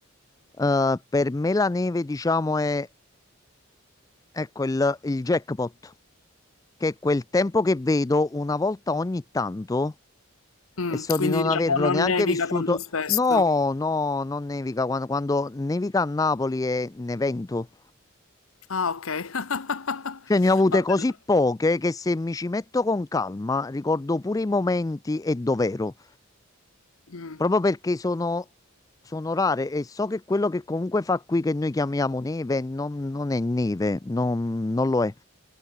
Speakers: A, on the left (about 15°); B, on the left (about 80°).
A: eh, per me la neve, diciamo, è ecco il, il jackpot, che è quel tempo che vedo una volta ogni tanto
B: Mm,
A: e so di
B: quindi
A: non
B: diciamo
A: averlo
B: non
A: neanche
B: nevica
A: vissuto.
B: tanto spesso.
A: No, no, non nevica. Quando, quando nevica a Napoli è un evento.
B: Ah, ok. <laughs>
A: Cioè, ne ho avute
B: Va
A: così
B: bene.
A: poche che se mi ci metto con calma ricordo pure i momenti e dov'ero.
B: Mm.
A: proprio perché sono, sono rare e so che quello che comunque fa qui che noi chiamiamo neve non, non è neve, non, non lo è.